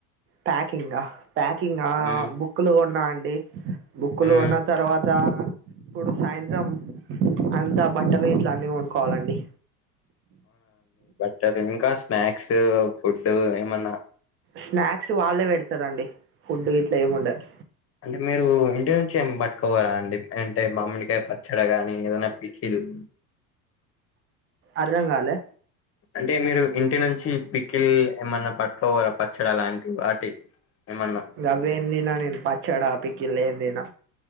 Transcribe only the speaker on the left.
మ్మ్
హ్మ్
టది ఇంకా స్నాక్సూ ఫుడ్డూ ఏమన్నా
అంటే మీరూ ఇంటి నుంచి ఏం పట్టుకపోరా అండి అంటే మామిడికాయ పచ్చడా గానీ ఏదన్నా పికిల్. <inaudible>
అంటే మీరు ఇంటి నుంచి పిక్కిల్ల్ ఏమన్నా పట్టుకపోరా పచ్చడా అలాంటివి వాటి. ఏమన్నా